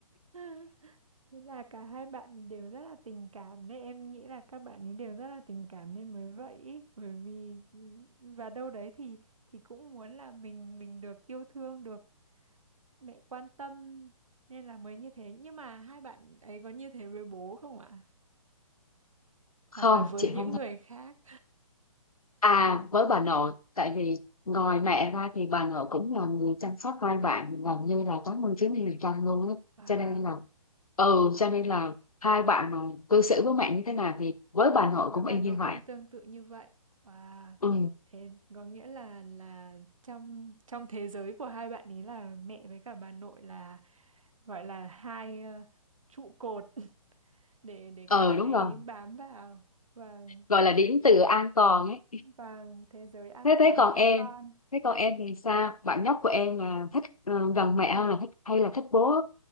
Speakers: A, on the right (about 65°); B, on the left (about 85°).
A: <laughs> thế là cả hai bạn đều rất là tình cảm đấy em nghĩ là các bạn ấy đều rất là tình cảm nên mới vậy ý. bởi vì và đâu đấy thì thì cũng muốn là mình mình được yêu thương được mẹ quan tâm nên là mới như thế nhưng mà hai bạn ấy có như thế với bố không ạ hoặc
B: không
A: là với
B: chị
A: những
B: không
A: người
B: thích.
A: khác
B: à với bà nội tại vì ngoài mẹ ra thì bà nội cũng là người chăm sóc hai bạn gần như là tám mươi chín mươi phần trăm luôn á
A: và
B: cho nên là ừ cho nên là hai bạn mà cư xử với mẹ như thế nào thì với bà nội
A: với
B: cũng
A: bà
B: y
A: nội
B: như vậy
A: cũng tương tự như vậy và
B: ừ
A: thế có nghĩa là là trong trong thế giới của hai bạn ấy là mẹ với cả bà nội là gọi là hai ờ, trụ cột <laughs> để để
B: ừ
A: các bạn
B: đúng
A: ấy
B: rồi
A: bám vào và
B: gọi là điểm tựa an toàn ấy
A: và thế giới an
B: thế
A: toàn
B: thế còn
A: của các
B: em
A: con
B: thế còn em thì sao bạn nhóc của em là thích ờ, gần mẹ hơn là thích hay là thích bố